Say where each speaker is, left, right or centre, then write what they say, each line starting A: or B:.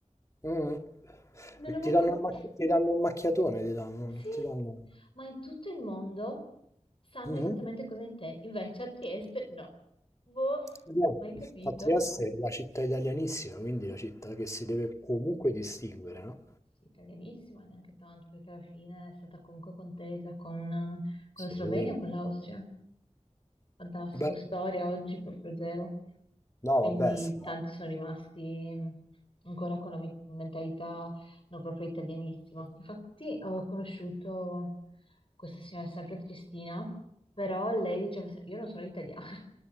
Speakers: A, on the left (about 25°); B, on the left (about 50°).
A: Mm.
B: Non
A: E
B: ho
A: Ti
B: mai
A: danno
B: capito.
A: il, mac- ti danno il macchiatone, ti danno,
B: Sì,
A: non ti danno...
B: ma in tutto il mondo sanno
A: Mhm.
B: esattamente cosa intendi. Invece a Trieste no. Boh,
A: Vabbè,
B: mai capito.
A: A Trieste è la città italianissima, quindi la città che si deve comunque distinguere, no?
B: Sì, italianissima, neanche tanto, perché alla fine è stata comunque contesa con, con
A: Sì.
B: la Slovenia e con l'Austria. Fantastico,
A: Beh,
B: storia oggi proprio zero.
A: no,
B: Quindi
A: vabbè, s-
B: tanti sono rimasti mh, ancora con la me- mentalità non proprio italianissima. Infatti ho conosciuto questa signora, sempre Triestina, però lei diceva, se- io non sono italiana, <laughs>